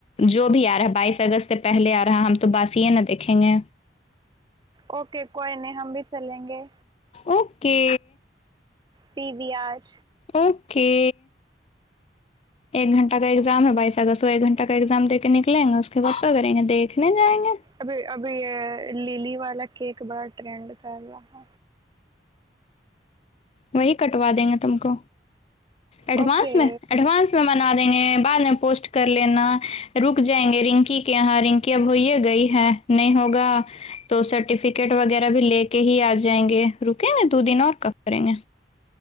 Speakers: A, on the left; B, on the right.
A: جو بھی آ رہا ہے بائیس اگست سے پہلے آ رہا ہم تو باسی ہے نہ دیکھیں گے
B: اوکے کوئی نہیں ہم بھی چلیں گے
A: اوکے
B: پی و آر
A: اوکے ایک گھنٹہ کا ایگزام ہے بائیس اگست کو ایک گھنٹہ کا ایگزام دے کے نکلیں گے اس کے بعد کیا کریں گے دیکھنے جائیں گے
B: ابھی ابھی یہ للی والا کیک بڑا ٹرینڈ کر رہا ہے
A: وہی کٹوا دیں گے تم کو ایڈوانس
B: اوکے
A: میں ایڈوانس منا دیں گے بعد میں پوسٹ کر لینا رک جائیں گے رنکی کے یہاں رنکی اب ہوی ہے گئی ہے نہیں ہوگا تو سرٹیفکیٹ وغیرہ بھی لے کے ہی آ جائیں گے رکیں گے دو دن اور کا کریں گے